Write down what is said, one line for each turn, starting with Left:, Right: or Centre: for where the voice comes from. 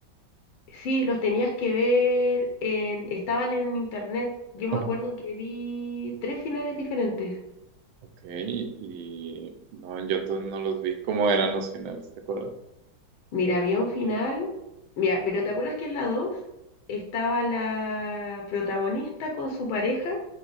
Left: Sí, los tenías que ver en, estaban en internet. Yo
Right: O-
Left: me acuerdo que vi tres finales diferentes.
Right: Ok, y no, yo entonces no los vi. ¿Cómo eran los finales, te acuerdas?
Left: Mira, había un final. Mira, pero ¿te acuerdas que en la 2 estaba la protagonista con su pareja?